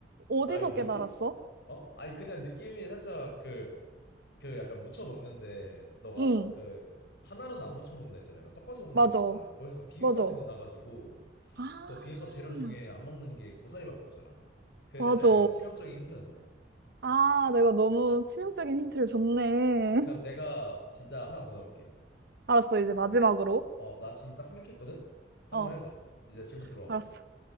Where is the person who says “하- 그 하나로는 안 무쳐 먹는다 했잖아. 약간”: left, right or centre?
Left